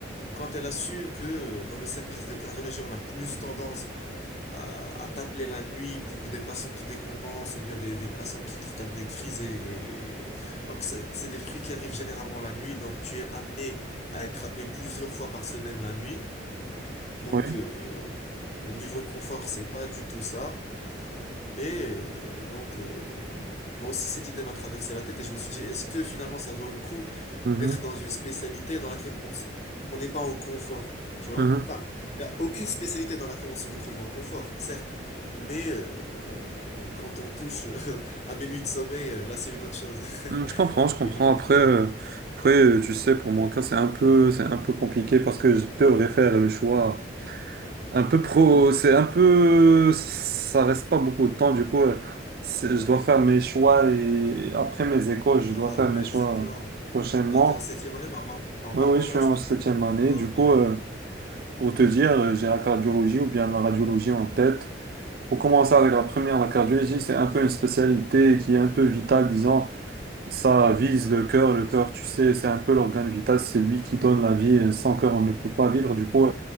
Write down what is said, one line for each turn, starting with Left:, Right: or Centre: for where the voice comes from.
Left: quand elle a su que dans le service de cardiologie, on a plus tendance à, à t'appeler la nuit pour des patients qui décompensent ou bien des, des patients qui, qui tapent des crises et, et- donc c'est c'est des trucs qui arrivent généralement la nuit, donc tu es amené à être appelé plusieurs fois par semaine la nuit. Donc,
Right: oui.
Left: euh, euh, niveau confort, c'est pas du tout ça. Et euh, donc, euh, moi aussi, cette idée m'a traversé la tête et je me suis dit, est-ce que finalement, ça vaut le coup
Right: Mhm.
Left: d'être dans une spécialité dans laquelle on se- on n'est pas en confort, tu vois?
Right: Mhm.
Left: Enfin, il n'y a aucune spécialité dans laquelle on se retrouve en confort, certes, mais euh, quand on touche euh, <laughs> à mes nuits de sommeil, euh, là, c'est une autre chose. <laughs>
Right: Hmm, Je comprends, je comprends.
Left: C'est une autre
Right: Après,
Left: question.
Right: euh, après, euh, tu sais, pour mon cas, c'est un peu, c'est un peu compliqué parce que je devrais faire le choix un peu pro. C'est un peu, ça reste pas beaucoup de temps. Du coup, euh, c'est- je dois faire mes choix et après mes écoles, je
Left: Ah
Right: dois faire
Left: ouais,
Right: mes choix
Left: exactement.
Right: prochainement.
Left: Toi, t'es en septième année, normal- normalement,
Right: Oui, oui, je
Left: là,
Right: suis en
Left: tu dois
Right: septième année.
Left: avoir...
Right: Du coup, euh,
Left: euh,
Right: pour te dire, euh, j'ai la cardiologie ou bien la radiologie en tête. Pour commencer avec la première, la cardiologie, c'est un peu une spécialité qui est un peu vitale, disons. Ça vise le cœur. Le cœur, tu sais, c'est un peu l'organe vital. C'est lui qui donne la vie. Et sans cœur, on ne peut pas vivre. Du coup,